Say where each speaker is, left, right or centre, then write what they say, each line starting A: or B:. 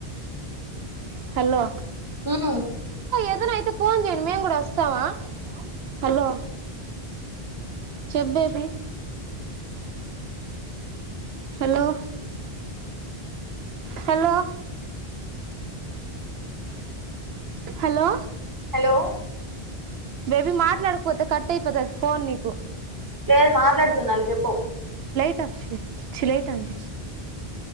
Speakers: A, on the right; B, on the right.
A: హలో
B: ఉమ్
A: అదన అయితే ఫోన్ చేయండి మేము కూడా వస్తాము హలో చెబ్బేబి hello hello hello
B: hello
A: baby మాట్లాడకపోతే కట్ అయిపోతది ఫోన్ నీకు
B: లేదు మాట్లాడుతున్నా చెప్పు
A: ట చలి అయితంది